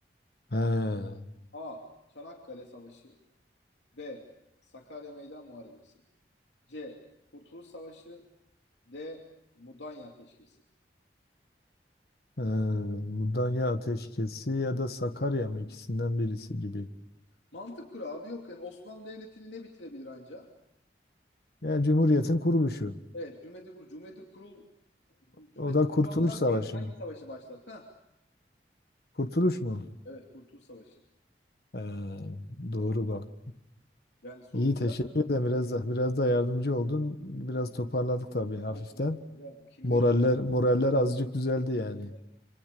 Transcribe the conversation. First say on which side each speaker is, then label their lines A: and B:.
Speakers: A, on the left (about 55°); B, on the left (about 80°).
A: He.
B: A. Çanakkale Savaşı B. Sakarya Meydan Muharebesi C. Kurtuluş Savaşı D. Mudanya Ateşkesi
A: Ee, Mudanya Ateşkesi ya da Sakarya mı ikisinden birisi gibi.
B: Mantık kuralı abi yok yani Osmanlı Devleti'ni ne bitirebilir anca?
A: Yani Cumhuriyet'in kuruluşu.
B: Evet Cumhuriyeti kurul Cumhuriyeti kurul Cumhuriyeti
A: O da Kurtuluş
B: kuranlar
A: Savaşı
B: neyi hangi
A: mı?
B: savaşı başlattı? Ha?
A: Kurtuluş mu?
B: Evet Kurtuluş Savaşı.
A: Ee, doğru bak.
B: Yani sonuçta
A: İyi teşekkür ederim. Biraz da, biraz da yardımcı oldun. Biraz
B: e,
A: toparladık tabii hafiften.
B: olsun o kadar. Ya
A: Moraller
B: kim 500
A: moraller azıcık düzeldi yani.
B: milyar-